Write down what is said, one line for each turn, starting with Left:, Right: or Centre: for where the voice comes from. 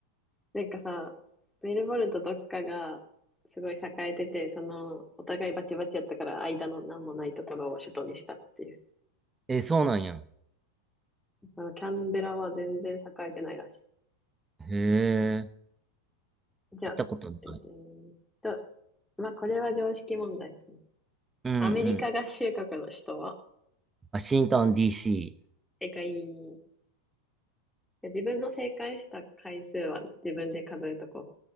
Centre: なんかさ、メルボルンとどっかがすごい栄えてて、その、お互いバチバチやったから間の何もないところを首都にしたっていう。
Right: え、そうなんや。
Centre: あの、キャンベラは全然栄えてないらし
Right: へえ、
Centre: い。じゃあ、
Right: 行ったことない。
Centre: えーっと、まあ、これは常識問題かな。
Right: うんうん。
Centre: アメリカ合衆国の首都は
Right: ワシントン DC。
Centre: 正解。自分の正解した回数は自分で数えとこ